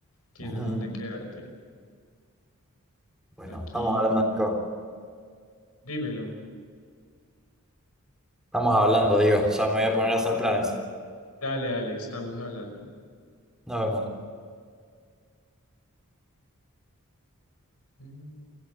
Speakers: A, on the left (about 85°); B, in the centre.
A: tienes
B: <laughs>
A: donde quedarte.
B: Bueno,
A: Aquí,
B: estamos hablando, Nico.
A: dímelo.
B: Estamos hablando, digo. Ya me voy a poner a hacer planes.
A: Dale, dale, estamos hablando.
B: Nos vemos.
A: Mm.